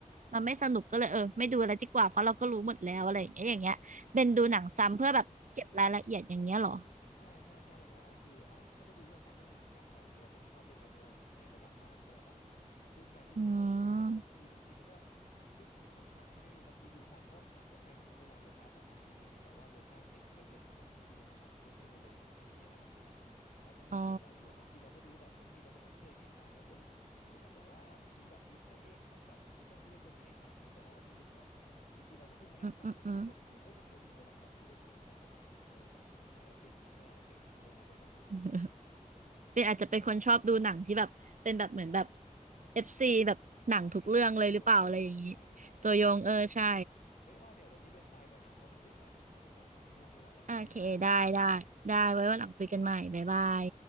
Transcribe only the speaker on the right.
มันไม่สนุกก็เลยเออไม่ดูอะไรดีกว่าเพราะเราก็รู้หมดแล้วอะไรอย่างเงี้ยอย่างเงี้ยเป็นดูหนังซ้ำเพื่อแบบเก็บรายละเอียดอย่างเงี้ยเหรอ
อืม
อ๋ออืมอืมอืม
อืม เป็นอาจจะเป็นคนชอบดูหนังที่แบบเป็นแบบเหมือนแบบเอฟซีแบบหนังทุกเรื่องเลยหรือเปล่าอะไรอย่างนี้
ตัวยงเออใช่
โอเคได้ได้ได้ไว้วันหลังคุยกันใหม่บ๊ายบาย